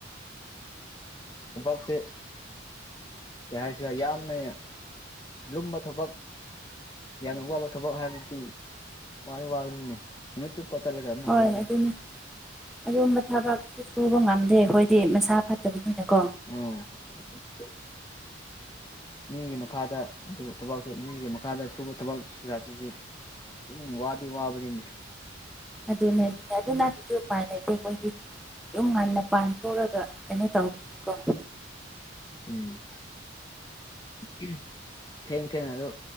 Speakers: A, on the left; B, in the centre.
A: ꯑꯣꯄꯥꯁꯦ <inaudible> ꯀꯩ ꯍꯥꯏꯁꯤꯔꯥ ꯌꯥꯝꯅ ꯂꯨꯝꯕ ꯊꯕꯛ ꯌꯥꯝꯅ ꯋꯥꯕ ꯊꯕꯛ ꯍꯥꯏꯕꯗꯤ ꯋꯥ ꯋꯥꯅꯤꯅꯦ <inaudible> ꯅꯨꯃꯤꯠ ꯆꯨꯞꯄ ꯆꯠꯂꯒ ꯑꯃꯨꯛ
B: ꯍꯣꯏ
A: ꯍꯜꯂꯒ
B: ꯑꯗꯨꯅꯤ ꯑꯗꯨꯒꯨꯝꯕ ꯊꯕꯛꯁꯨ ꯁꯨꯕ ꯉꯝꯗꯦ ꯑꯩꯈꯣꯏꯗꯤ ꯃꯁꯥ ꯐꯠꯇꯕꯅꯤꯅꯀꯣ
A: ꯎꯝ <inaudible> ꯃꯤꯒꯤ ꯃꯈꯥꯗ ꯑꯗꯨꯕꯨ ꯊꯕꯛꯁꯨ ꯃꯤꯒꯤ ꯃꯈꯥꯗ ꯁꯨꯕ ꯊꯕꯛ ꯖꯥꯠꯁꯤꯗꯤ ꯑꯗꯨꯝ ꯋꯥꯗꯤ ꯋꯥꯕꯅꯤꯅꯦ
B: ꯑꯗꯨꯅꯦ ꯑꯗꯨꯅꯦ ꯑꯗꯨ ꯅꯠꯇ꯭ꯔꯗꯤ ꯎꯄꯥꯢ ꯂꯩꯇꯦ ꯑꯩꯈꯣꯏꯗꯤ ꯌꯨꯝ ꯉꯟꯅ ꯄꯥꯟꯊꯣꯛ ꯎꯔꯒ ꯀꯩꯅꯣ ꯇꯧꯕ ꯀꯣ
A: ꯎꯝ ꯎꯝ ꯊꯦꯡ ꯊꯦꯡꯅ ꯑꯗꯨ